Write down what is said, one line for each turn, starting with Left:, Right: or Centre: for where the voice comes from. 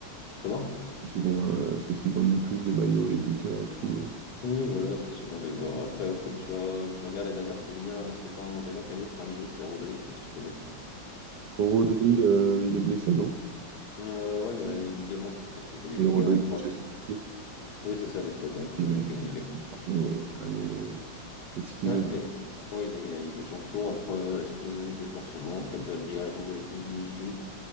Left: Comment?
Right: C'est souvent euh, ceux qui vendent le plus de maillots, les buteurs et tout. euh.
Left: Oui, voilà, c'est souvent des joueurs. Après, euh, comme tu, re- tu regardes les dernières, c'était ni un- c'était pas un attaquant qui a gagné, c'était un milieu, c'était Rodri, je sais pas si tu connais.
Right: Oh, Rodri, euh, il est blessé, non?
Left: Euh, ouais, il a les ligaments, <laughs> il s'est fait des
Right: Et
Left: ligaments
Right: Rodri
Left: croisés.
Right: de Manchester City.
Left: Oui, c'est ça, l'Espagnol. qui
Right: Ils
Left: a
Right: avaient gagné
Left: gagné.
Right: la
Left: Il a-
Right: Ligue des Champions, euh, carrément, les, les Citizens.
Left: Ouais, et- ouais, ils ont gagné la Ligue des Champions. Après, euh, est-ce qu'ils méritaient forcément? Je ne serais pas te dire, j'en voyais plus Vinicius.